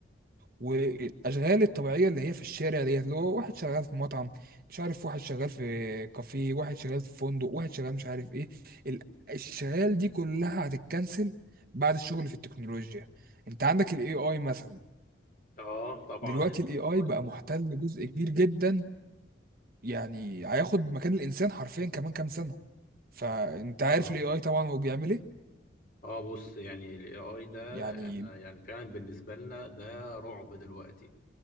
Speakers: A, on the right (about 55°); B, on the left (about 50°).
A: والاشغال الطبيعيه اللي هي في الشارع ديت اللي هو واحد شغال في مطعم مش عارف واحد شغال في كافيه واحد شغال في فندق واحد شغال مش عارف ايه ال- الشغال دي كلها هتتكنسل بعد الشغل في التكنولوجيا انت عندك الاي اي مثلا
B: اه طبعا
A: دلوقتي
B: الاي
A: الاي اي
B: اي
A: بقى محتل جزء كبير جدا يعني هياخد مكان الانسان حرفيا كمان كام سنه فانت عارف
B: ده
A: الاي اي طبعا هو بيعمل ايه
B: اه بص يعني الاي اي ده
A: يعني
B: انا يعني فعلا بالنسبه لنا ده رعب دلوقتي